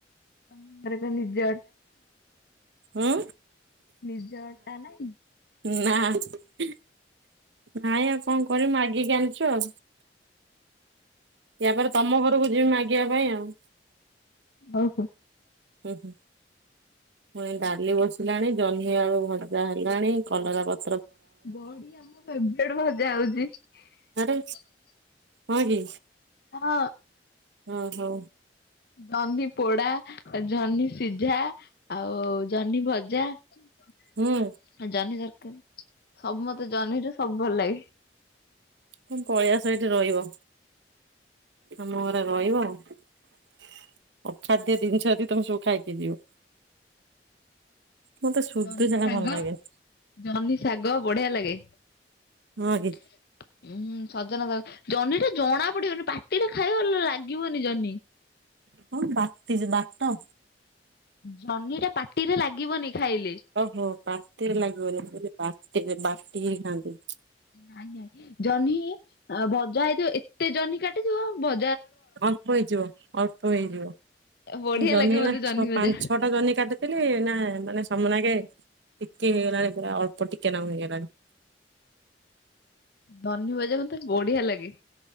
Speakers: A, on the left; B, on the right.
A: ତମ ଘରେ କଣ ନିଜେ
B: ଉଁ।
A: ନିଜ ଟା ନାଇଁ?
B: ନା। <inaudible> ନାଇଁ ଆଉ କଣ କରିବୁ ମାଗିକି ଆଣିଚୁ। <inaudible> ୟା ପରେ ତମ ଘରକୁ ଯିବି ମା ଯିବା ପାଇଁ ଆଉ।
A: ହୋଉ ହୋଉ।
B: ହୁଁ ହୁଁ ପୁଣି ଡାଲି ବସିଲାଣି ଜହ୍ନି ଆଳୁ ଭଜା ହେଲାଣି କଲରା ପ
A: <unintelligible>
B: ଆରେ ହଁ କି?
A: ହଁ।
B: ହୁଁ ହୁଁ।
A: ଜହ୍ନି ପୋଡା ଜହ୍ନି ସିଝା। ଆଉ ଜହ୍ନି ଭଜା। ଜହ୍ନି
B: ହୁଁ
A: ତର ସବୁ ମତେ ଜହ୍ନିଟ ସବୁ ଭଲ ଲାଗେ।
B: ତ ପଳଆ ଇଠି ରହିବ ଆମ ଘରେ ରହିବ ଅ ଖାଦ୍ୟ ଜିନିସ ତମେ ସବୁ ଖାଇକି ଯିବ। ମତେ ସୁଦୁ
A: ଜହ୍ନି
B: ସେଟା
A: ଶାଗ
B: ଭଲ ଲାଗେନି।
A: ଜହ୍ନି ଶାଗ ବଢିଆ ଲାଗେ।
B: ହଁ କି
A: <unintelligible> ଉଁ ହୁଁ ସଜନା ଶା ଜହ୍ନିଟା ଜଣା ପଡିବନି ପାଟିରେ ଖାଇବା ଲାଗିବନି ଜହ୍ନି।
B: ହଁ ବାଟିଚ ବାଟ।
A: ଜହ୍ନିଟା ପାଟିରେ ଲାଗିବନି। ଖାଇଲେ।
B: ଓହୋ ପାତିରେ ଲାଗିବନେଇ ମୁଁ କଇଲି ବାଟିବେ ବାଟିକି ଖାଆନ୍ତି।
A: ନାଇଁ ନାଇଁ। ଜହ୍ନି ଅ ବଜା ହେଇଥିବ ଏତେ ଜହ୍ନି କାଟିଥିବ ଭ
B: ଅଳ୍ପ ହେଇଯିବ ଅଳ୍ପ ହେଇଯିବ
A: ବଢିଆ
B: ଜହ୍ନି
A: ଲାଗେ
B: ଏଇନା
A: ମତେ
B: ଛଅ
A: ଭଜା
B: ପାଞ୍ଚ ଛଅଟା ଜହ୍ନି କାଟିଥିଲି ନାଁ ମାନେ ସମନାଗେ ଟିକେ ହେଇଗଲାଣି ପୁରା ଅଳ୍ପ ଟିକେ ନାକୁ ହେଇଗଲାଣି।
A: ଜହ୍ନି ଭଜା ମତେ ବଢିଆ ଲାଗେ।